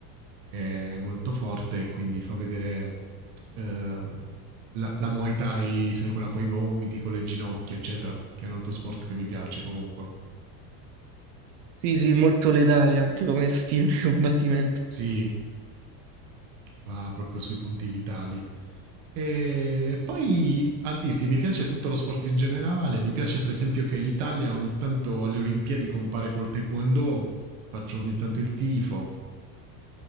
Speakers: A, on the right; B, on the right.
A: è molto forte e quindi fa vedere ehm, la, la Muay Thai, sai, quella con i gomiti, con le ginocchia, eccetera, che è un altro sport che mi piace comunque.
B: Sì, sì, molto letale anche come stile di combattimento.
A: Sì, va proprio sui punti vitali. E poi a dirti, mi piace tutto lo sport in generale, mi piace per esempio che l'Italia ogni tanto alle Olimpiadi compare col taekwondo, faccio ogni tanto il tifo,